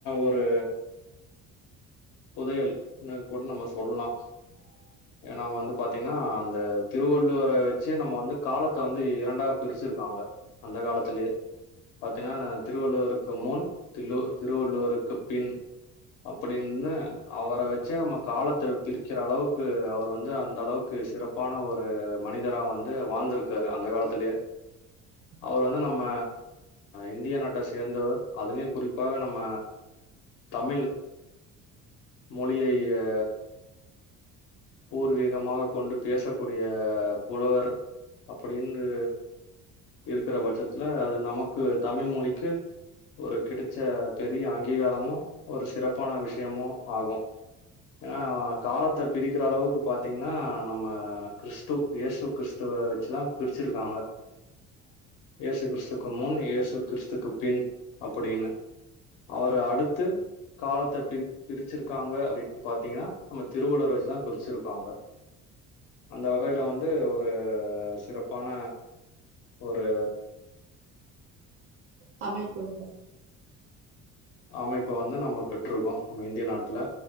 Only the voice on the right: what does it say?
<unintelligible>
<unintelligible>
<unintelligible>
தமிழ் புலவர்